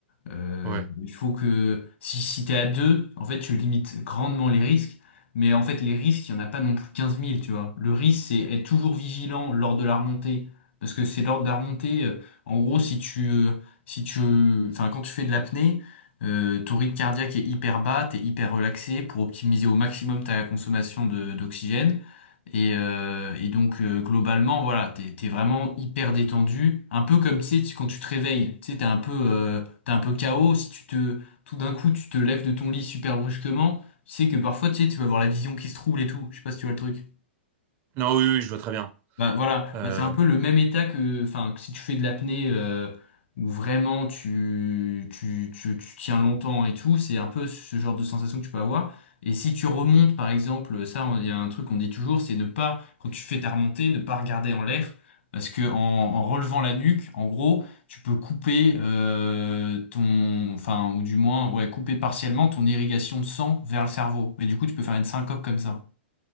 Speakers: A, on the left; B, on the right.
A: euh,
B: Ouais.
A: il faut que si, si t'es à deux, en fait, tu limites grandement les risques, mais en fait, les risques, il y en a pas non plus quinze mille tu vois. Le risque, c'est être toujours vigilant lors de la remontée, parce que c'est lors de la remontée, euh, en gros, si tu, euh, si tu, enfin, quand tu fais de l'apnée. Euh, ton rythme cardiaque est hyper bas, t'es hyper relaxé pour optimiser au maximum ta consommation de- d'oxygène. Et, euh, et donc euh, globalement, voilà, t'es, t'es vraiment hyper détendu, un peu comme tu sais tu- quand tu te réveilles, tu sais, t'es un peu, euh, t'es un peu KO. Si tu te, tout d'un coup, tu te lèves de ton lit super brusquement, tu sais que parfois, tu sais, tu vas avoir la vision qui se trouble et tout. Je sais pas si tu vois le truc.
B: Non, oui, oui, je vois très bien.
A: Bah voilà,
B: Euh,
A: bah, c'est un peu le même état que, enfin, que si tu fais de l'apnée euh, où vraiment tu, tu, tu, tu tiens longtemps et tout, c'est un peu ce genre de sensation que tu peux avoir. Et si tu remontes, par exemple, ça, on- il y a un truc qu'on dit toujours, c'est ne pas, quand tu fais ta remontée, ne pas regarder en l'air, parce que en, en relevant la nuque, en gros, tu peux couper euh, ton, enfin, ou du moins, ouais, couper partiellement ton irrigation de sang vers le cerveau. Et du coup, tu peux faire une syncope comme ça.